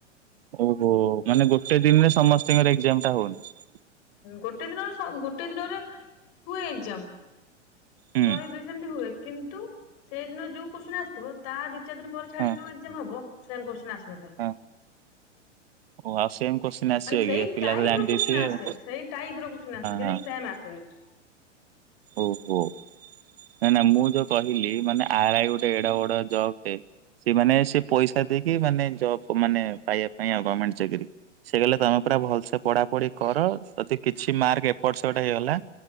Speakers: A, on the right; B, on the left.
A: ଓହୋ ମାନେ ଗୋଟେ ଦିନରେ ସମସ୍ତିଙ୍କର ଏକ୍ଜାମ ଟା ହୋଉନି? <inaudible>
B: ଗୋଟେ ଦିନର ସ ଗୋଟେ ଦିନରେ ପୁଣି ଏକ୍ଜାମ।
A: ହୁଁ।
B: ଶହେ ଦୁଇସ ସେମିତି ହୁଏ କିନ୍ତୁ, ସେଇଦିନ ଯୋଉ କୋସଚୀନ୍ନ ଆସିଥିବ ତା ଦି ଚାରି ଦିନ ପରେ ଛାଡିକ
A: ହଁ
B: ଯୋଉ ଏଗଜାମ ହବ ସେମ କୋସଚୀନ୍ନ ଆସ
A: ହଁ। ଓ ଆଉ ସେମ୍ କୋଶ୍ଚିନ୍ ଆସିବ
B: ସେଇ
A: କି ପିଲା
B: ଟାଇପ
A: ତ ଜାଣି
B: ର
A: ଦେଇଥିବେ
B: କୋଶ୍ଚେନ ଆସେ,
A: ଆଉ
B: ସେଇ ଟାଇପ ର କୋଶ୍ଚେନ ଆସେ କିନ୍ତୁ
A: ହଁ
B: ସେମ ଆସେନି।
A: ଓହୋ ନାନା ମୁଁ ଯୋଉ କହିଲି ମାନେ ଆର ଆଇ ଗୋଟେ ଏଡା ବଡ ଜବ ଟେ ସେ ମାନେ ସେ ପଇସା ଦେଇକି ମାନେ ଜବ୍ ମାନେ ପାଇବା। କାହିଁକିନା ଗମେଣ୍ଟ ଚାକିରି। ସେ କଇଲେ ତମେ ପୁରା ଭଲସେ ପଢାପଢି କର ଯଦି କିଛି ମାର୍କ ଏପଟ ସେପଟ ହେଇଗଲା